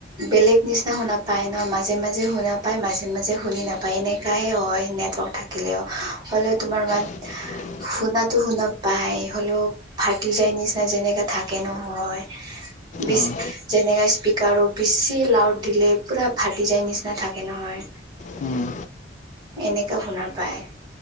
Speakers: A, on the right; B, on the left.
A: বেলেগ নিচিনা শুনা পায় ন মাজে মাজে শুনা পায় মাজে মাজে শুনি নাপায় এনেকাহে হয় নেটৱৰ্ক থাকিলেও হ'লেও তোমাৰ মাত
B: <unintelligible>
A: শুনাতো শুনা পাই হলেও ফাটি যায় নিচিনা যেনেকা থাকে নহয়। বিছ
B: অঁ
A: যেনেকা স্পীকাৰৰ বেছি লাউড দিলে পুৰা ফাটি যায় নিচিনা থাকে নহয়।
B: উম
A: এনেকা শুনা পায়।